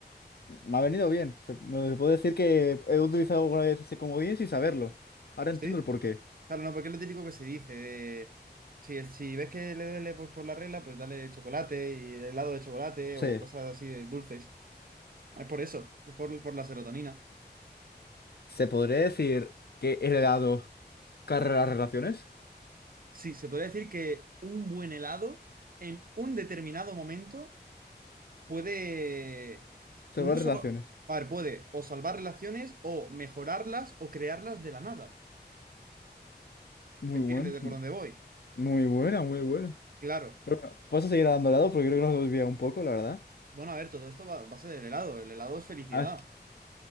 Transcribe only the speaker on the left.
Me ha venido bien. Se- me puedo decir que he utilizado alguna vez ese comodín sin saberlo. Ahora
entiendo el porqué.
Sí.
Se podría decir que el helado. Carrera Relaciones.
Se
va a Relaciones.
Muy
buen.
Muy buena, muy buena.
Pero bueno, vamos a seguir dando lado porque creo que nos desvía un poco, la verdad.
Ah,